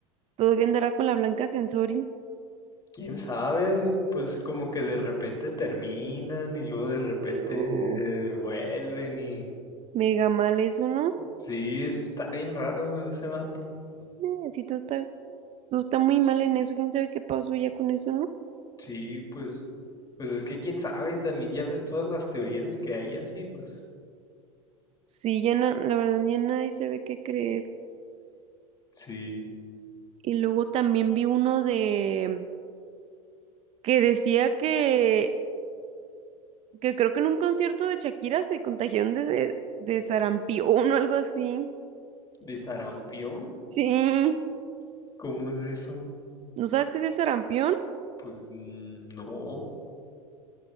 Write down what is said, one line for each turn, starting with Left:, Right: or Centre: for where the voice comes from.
Right: Todavía andará con la Blanca Sensori.
Left: Quién sabe, pues es como que de repente terminan y luego de repente
Right: Uh,
Left: eh, vuelven y
Right: mega mal eso, ¿no?
Left: sí, es- está bien raro pues, ese vato.
Right: Eh, sí, todo está No, está muy mal en eso. ¿Quién sabe qué pasó ya con eso, no?
Left: Sí, pues, pues es que quién sabe, también ya ves todas las teorías que hay así, pues
Right: Sí, ya na- la verdad ya nadie sabe qué creer.
Left: sí,
Right: Y luego también vi uno de que decía que, que creo que en un concierto de Shakira se contagiaron de, de sarampión o algo así.
Left: de sarampión,
Right: Sí.
Left: ¿cómo es eso?
Right: ¿No sabes qué es el sarampión?
Left: Pues mm, no,